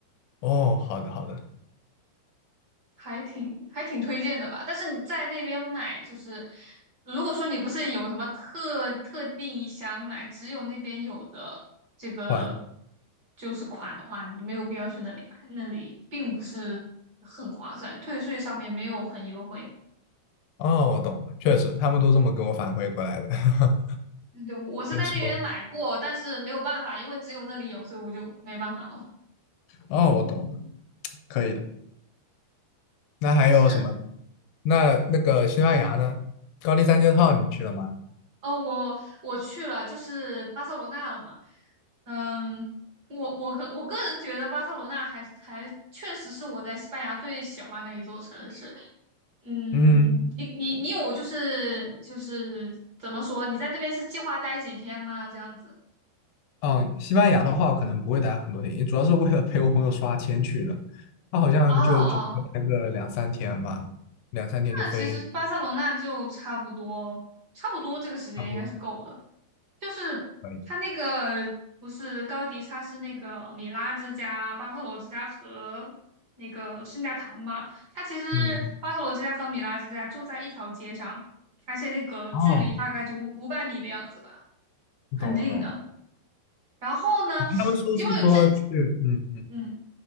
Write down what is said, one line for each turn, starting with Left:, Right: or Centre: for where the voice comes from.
Left: 哦，好的好的，
Right: 还挺还挺推荐的吧。但是你在那边买，就是如果说你不是有什么特特定想买，只有那边有的这个
Left: 换。
Right: 就是款的话，你没有必要去那里买，那里并不是很划算，退税上面没有很优惠。
Left: 哦，我懂了，确实，他们都这么给我反馈过来的，<laughs>
Right: 嗯对，我是在那边买过，
Left: 就说，
Right: 但是没有办法，因为只有那里有，所以我就没办法了。
Left: 哦，我懂了，可以的。那还有什么？
Right: 还是，
Left: 那那个西班牙呢？
Right: 嗯，
Left: 高地三件套你去了吗？
Right: 哦，我我去了，就是巴塞罗那了嘛。嗯，我我个我个人觉得巴塞罗那还还确实是我在西班牙最喜欢的一座城市。嗯，
Left: 嗯，
Right: 你你你有就是就是怎么说？你在这边是计划待几天吗？这样子？
Left: 哦，西班牙的话，可能不会待很多天，主要是为了陪我朋友刷签去的。他好像就准备待个两三天吧，
Right: 哦哦，
Left: 两三天就飞，
Right: 那其实巴塞罗那就差不多差不多这个时间应该是够的。
Left: 差不多
Right: 就是它那个不是高迪，
Left: 可以。
Right: 他是那个米拉之家、巴特罗之家和那个圣家堂嘛。它其实巴特罗之家和米拉之家就在一条街上，
Left: 嗯，
Right: 而且那个距离大概就五五百米的样子吧，
Left: 哦，
Right: 很近的。
Left: 懂了懂了。
Right: 然后呢，
Left: 他们说是说去，
Right: 因为这，
Left: 嗯
Right: 嗯，